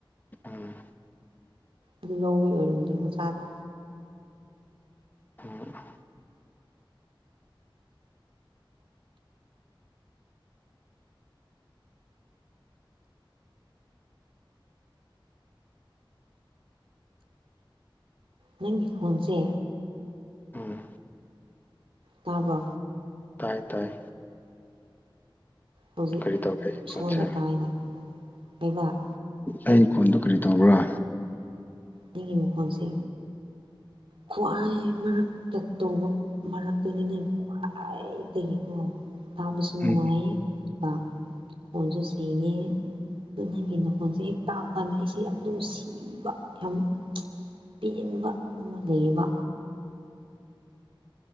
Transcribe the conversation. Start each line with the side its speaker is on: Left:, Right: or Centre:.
Left: ꯎꯝ
Right: ꯑꯗꯨ ꯂꯧꯕꯩ ꯑꯣꯏꯔꯝꯅꯤ ꯃꯆꯥꯗꯣ
Left: <unintelligible>
Right: ꯅꯪꯒꯤ ꯐꯣꯟꯁꯦ
Left: ꯎꯝ
Right: ꯇꯥꯕ꯭ꯔꯣ
Left: ꯇꯥꯏꯌꯦ ꯇꯥꯏꯌꯦ
Right: ꯍꯧꯖꯤꯛ
Left: ꯀꯔꯤ ꯇꯧꯒꯦ ꯑꯩ ꯈꯣꯟꯁꯦ
Right: ꯁꯣꯟꯅ ꯇꯥꯏꯅ ꯂꯩꯕꯥꯛ
Left: ꯑꯩ ꯐꯣꯟꯗꯨꯣ ꯀꯔꯤ ꯇꯧꯕ꯭ꯔꯥ
Right: ꯅꯪꯒꯤ ꯃꯈꯣꯟꯁꯤ ꯈ꯭ꯋꯥꯏ ꯃꯔꯛꯇ ꯇꯧꯕ ꯃꯔꯛꯇꯅꯤꯅꯦ ꯈ꯭ꯏꯗꯒꯤꯀꯣ ꯇꯥꯕꯁꯨ ꯅꯨꯡꯉꯥꯏꯌꯦ
Left: ꯎꯝ
Right: ꯑꯗꯨ ꯈꯣꯡꯁꯨ ꯁꯦꯡꯉꯤ ꯗꯣ ꯅꯪꯒꯤ ꯅꯈꯣꯟꯁꯦ ꯇꯥꯕ ꯀꯥꯟꯗ ꯑꯩꯁꯦ ꯌꯥꯝ ꯅꯨꯡꯁꯤꯕ ꯌꯥꯝ ꯄꯦꯟꯕ ꯑꯃ ꯂꯩꯕ